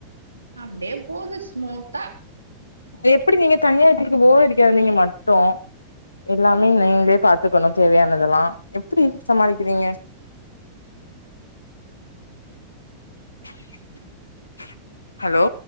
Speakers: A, on the right (about 85°); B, on the left (about 80°).
A: அப்டியே போது ஸ்மூத்தா
B: எப்டி நீங்க தனியார்க்கு போர் அடிக்காது நீங்க மட்டு எல்லாமே நீங்களே பாத்துக்கணு தேவையானது எல்லா எப்டி சமாளிக்கிறீங்க <unintelligible> ஹலோ